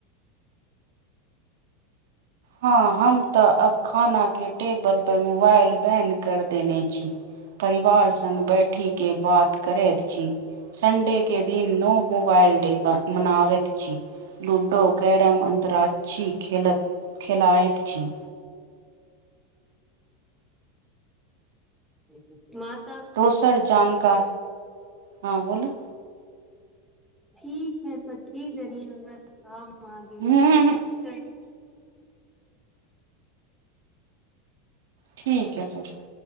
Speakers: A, on the right; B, in the centre.
A: हँ हम तऽ अब खाना के टेबल पर मोबाइल बैंन कर देने छी। परिवार संग बैठ ठीके बात करैत छी संडे के दिन नो मोबाइल डे मनाबैत छी लूडो कैरम अंताक्षरी खेल खेला‌इ छी
B: <unintelligible> माता
A: दोसर जानका हँ बोलो
B: ठीक है सखी जनी हमर काम आ गेल
A: हूँ
B: छैय।
A: ठीक है सखी।